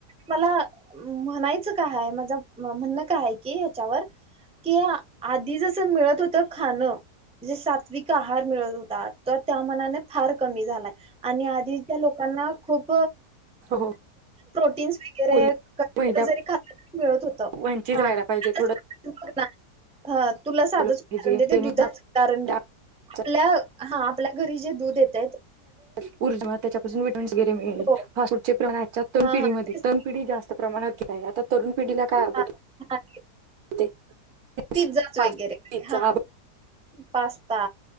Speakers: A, in the centre; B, on the right.
A: मला मु म्हणायचं काय हाय माझं म्हणणं काय आहे की ह्याच्यावर कि आधी जसं मिळत होत खाणं जे सात्विक आहार मिळत होता त त्या मानाने फार कमी झालाय आणि आधी त्या लोकां ना खूप
B: हो
A: प्रोटीन्स वगैरे
B: पोलीस मैदा
A: <unintelligible> मिळत होत
B: वंचित राहायला
A: आता
B: पाहिजे थोडं.
A: बघ हा तुला साधच
B: खाल्लं पाहिजे
A: उदाहरण
B: जेणेकरून
A: देते दुधाच उदाहरण
B: आपल्याला
A: घे
B: आजच्या
A: आपल्या हा आपल्या घरी जे दूध येतेत
B: <unintelligible>
A: हो. हां, हां. तेच
B: <unintelligible>
A: हां, हां. पिझ्झाच
B: फास्ट
A: वगैरे
B: पिझ्झा
A: हा.
B: बर्गर,
A: पास्ता